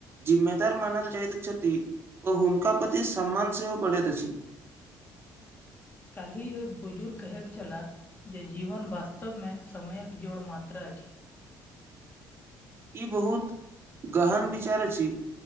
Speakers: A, on the right; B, on the left.
A: जिम्मेदार मानल जाइत छथि अऽ हुनका प्रति सम्मान सेहो बढ़ैत अछि
B: काल्हि एक बुजुर्ग कहेत छलाह जे जीवन वास्तवमे समयक जोड़ मात्रा अछि
A: ई बहुत गहन विचार अछि